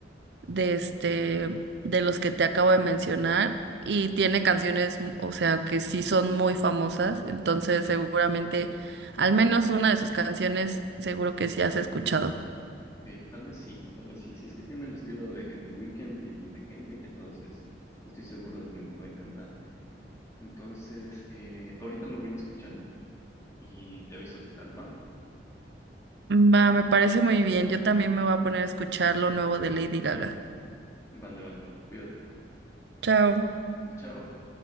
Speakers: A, on the right; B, on the left.
A: de este, de los que te acabo de mencionar, y tiene canciones, m- o sea, que sí son muy famosas, entonces seguramente, al menos una de sus canciones, seguro que sí has escuchado.
B: Que tal vez sí, tal vez sí. Si es que tiene el estilo de, de Weeknd y de Kendrick, entonces no estoy seguro de que me va a encantar. Entonces, eh, ahorita lo voy a escuchar y te aviso qué tal, ¿va?
A: Va, me parece muy bien, yo también me voy a poner a escuchar lo nuevo de Lady Gaga.
B: Vale, vale. Cuídate.
A: Chao.
B: Chao.